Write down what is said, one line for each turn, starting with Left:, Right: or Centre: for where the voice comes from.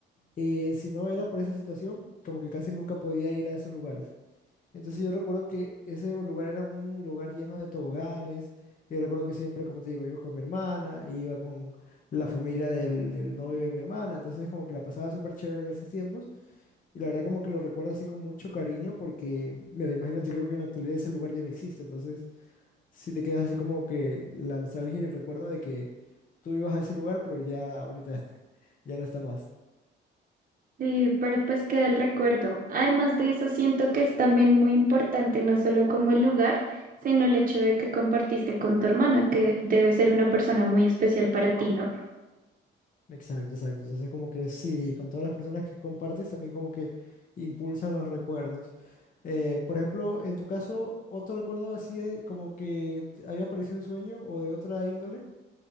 Left: eh, si no era por esa situación, como que casi nunca podía ir a esos lugares. Entonces yo recuerdo que ese lugar era un lugar lleno de toboganes. Y recuerdo que siempre, como te digo, yo con mi hermana, e iba con la familia del, del novio de mi hermana. Entonces como que la pasaba súper chévere en esos tiempos. Y la verdad como que lo recuerdo así con mucho cariño porque, mira, imagínate, creo que en la actualidad ese lugar ya no existe. Entonces sí te quedas así como que la nostalgia y el recuerdo de que tú ibas a ese lugar, pero ya ahorita <laughs> ya no está más.
Right: Sí, pero pues queda el recuerdo. Además de eso, siento que es también muy importante no solo como el lugar, sino el hecho de que compartiste con tu hermana, que debe ser una persona muy especial para ti, ¿no?
Left: Exacto, exacto. Entonces, como que sí, con todas las personas que compartes, también como que impulsan los recuerdos. Eh, por ejemplo, en tu caso, ¿otro recuerdo así de- como que te había aparecido un sueño o de otra índole?